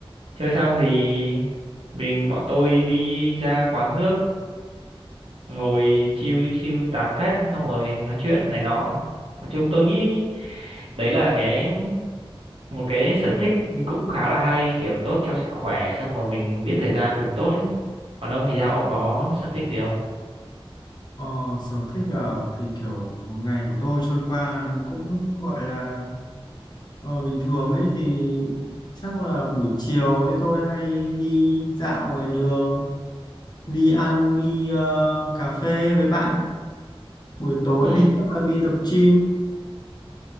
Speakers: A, on the right; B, on the left.
A: chơi xong thì mình bọn tôi đi ra quán nước ngồi chill chill tán phét xong rồi nói chuyện này nọ nói chung tôi nghĩ đấy là cái một cái sở thích cũng khá là hay kiểu tốt cho sức khỏe xong rồi mình giết thời gian được tốt ấy còn ông thì sao ông có sở thích gì không
B: Ờ, sở thích à, thì kiểu một ngày của tôi trôi qua nó cũng gọi là ờ, bình thường ấy thì chắc là buổi chiều ấy tôi hay đi dạo ngoài đường, đi ăn, đi ờ, cà phê với bạn. Buổi tối
A: ừ
B: thì chắc là đi tập gym